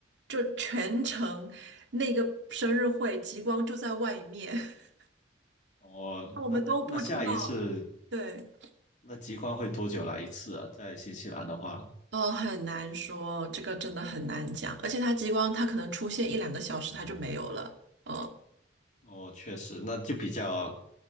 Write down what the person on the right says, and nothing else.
就全程那个生日会极光就在外面，<laughs>
我们都不知道，
对。
哦，很难说，这个真的很难讲，而且它激光它可能出现一两个小时它就没有了，嗯。